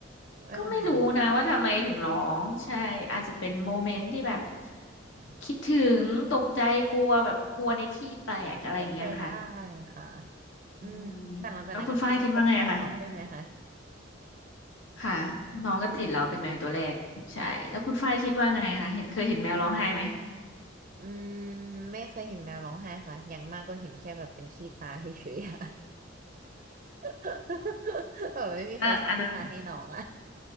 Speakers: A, on the right (about 40°); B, on the left (about 70°).
A: ว่าทำไมน้องไห้
B: ก็ไม่รู้นะว่าทำไมถึงร้องใช่อาจจะเป็นโมเมนต์ที่แบบ
A: อืม
B: คิดถึงตกใจกลัวแบบกลัวในที่แปลกอะไรอย่างเงี้ยค่ะ
A: เป็นไปได้ค่ะ
B: อืม
A: อืมแต่หลังจากนั้นก็คือน้องก็ติดเราใช่ไหมคะ
B: แล้วคุณฝ้ายคิดว่าไงอะคะค่ะน้องก็ติดเราเป็นแมวตัวแรกใช่แล้วคุณฝ้ายคิดว่าไงคะเห็นเคยเห็นแมวร้องไห้ไหม
A: เอออืมไม่เคยเห็นแมวร้องไห้ค่ะอย่างมากก็เห็นแค่แบบเป็นขี้ตาเฉยๆอะ <laughs> แบบไม่มีใครคิดมาให้น้องอ่ะ
B: <laughs> น่ะ <laughs> อันนั้น